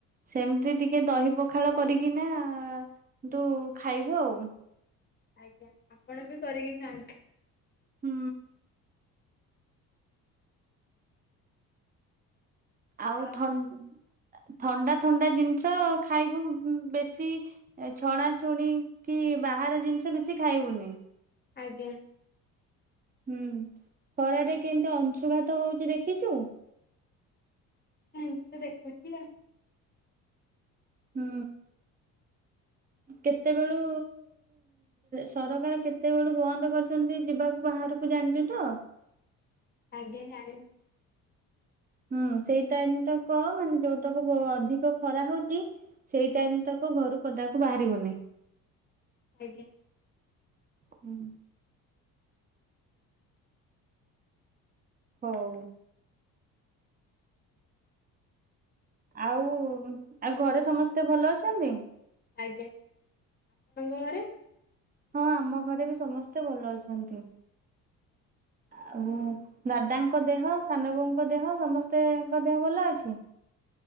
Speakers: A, on the right; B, on the left.
A: ସେମିତି ଟିକେ ଦହି ପଖାଳ କରିକିନା ତୁ ଖାଇବୁ ଆଉ।
B: ଆଜ୍ଞା। ଆପଣ ବି କରିକି ଖାଆନ୍ତି?
A: ହୁଁ। ଆଉ
B: ହଁ
A: ଥନ ଥଣ୍ଡା ଥଣ୍ଡା ଜିନିଷ ଖାଇବୁ ବେଶୀ ଏଁ ଛଣାଛଣି କି ବାହାର ଜିନିଷ କିଛି ବେଶୀ ଖାଇବୁନି।
B: ଆଜ୍ଞା।
A: ହୁଁ। ଖରାରେ କେମିତି ଅଂଶୁଘାତ ହଉଛି ଦେଖିଛୁ?
B: ହୁଁ, ଦେଖୁଛି ଆଉ।
A: ହୁଁ। କେତେବେଳୁ ସରକାର କେତେବେଳୁ ବନ୍ଦ କରିଛନ୍ତି ଯିବାକୁ ବାହାରକୁ। ଜାଣିଛୁ ତ।
B: ଆଜ୍ଞା ଜାଣିଛି।
A: ହୁଁ, ସେଇ ଟାଇମ ତାକ କହ ମାନେ ଯୋଉଟକ ଅଧିକ ଖରା ହଉଛି। ସେଇ ଟାଇମ ତକ ଘରୁ ପଦାକୁ ବାହାରିବୁନି।
B: ଆଜ୍ଞା।
A: ହୁଁ। ହଉ। ଆଉ ଆଉ ଘରେ ସମସ୍ତେ ଭଲ ଅଛନ୍ତି।
B: ଆଜ୍ଞା, ଆପଣଙ୍କ ଘରେ?
A: ହଁ, ଆମ ଘରେ ବି ସମସ୍ତେ ଭଲ ଅଛନ୍ତି। ଆଉ ଦାଦାଙ୍କ ଦେହ, ସାନ ବୋଉଙ୍କ ଦେହ ସମସ୍ତେଙ୍କ ଦେହ ଭଲ ଅଛି।